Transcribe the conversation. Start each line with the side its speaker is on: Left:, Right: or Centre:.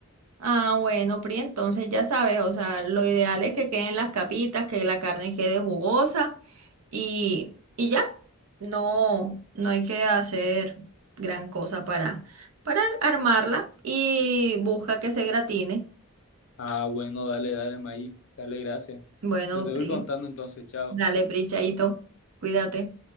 Right: Ah, bueno, Pri, entonces ya sabes, o sea, lo ideal es que queden las capitas, que la carne quede jugosa y, y ya. No, no hay que hacer gran cosa para, para armarla y busca que se gratine.
Left: Ah, bueno, dale, dale, Maí. Dale, gracias.
Right: Bueno,
Left: Yo te
Right: Pri,
Left: voy contando entonces, chao.
Right: dale, Pri, chaito, cuídate.